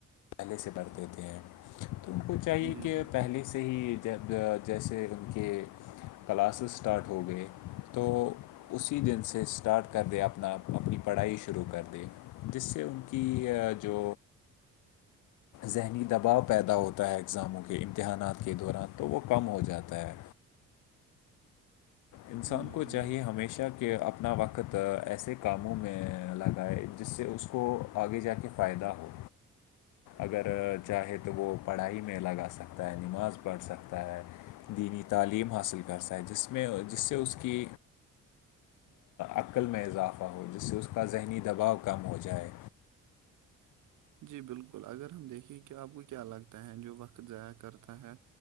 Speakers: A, on the left; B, on the right.
A: پہلے سے بڑ دیتے ہیں تو ان کو چاہیے
B: جی
A: کہ
B: بالکل
A: پہلے سے سے ہی جب جیسے ان کے کلاسز اسٹارٹ ہو گئے تو اسی دن سے اسٹارٹ کر دے اپنا اپنی پڑھائی شروع کر دے جس سے ان کی جو ذہنی دباؤ پیدا ہوتا ہے ایگزاموں کے امتحانات کے دوران تو وہ کم ہو جاتا ہے انسان
B: جی
A: کو
B: بالکل
A: چاہیے ہمیشہ کہ اپنا وقت ایسے کاموں میں لگائے جس سے اس کو آگے جا کے فائدہ ہو اگر چاہے تو وہ پڑھائی میں لگا سکتا ہے نماز پڑھ سکتا ہے دینی تعلیم حاصل کر سائے جس میں جس سے ا کی عقل میں اضافہ ہو جس سے ا کا ذہنی دباؤ کم ہو جائے
B: جی بالکل اگر ہم دیکھیں کہ آپ کو کیا لگتا ہے جو وقت ضائع کرتا ہے